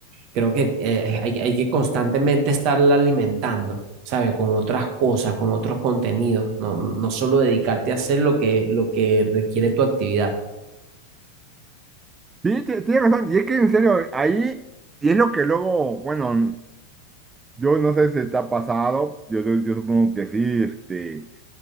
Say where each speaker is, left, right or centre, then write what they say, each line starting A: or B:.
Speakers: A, on the right; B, on the right.
A: creo que eh, hay, hay que constantemente estarla alimentando, sabe Con otras cosas, con otros contenidos, no, no no solo dedicarte a hacer lo que, lo que requiere tu actividad.
B: Sí, ti- tienes razón. Y es que en serio, ahí, y es lo que luego, bueno, yo no sé si te ha pasado, yo, yo- yo supongo que sí, este,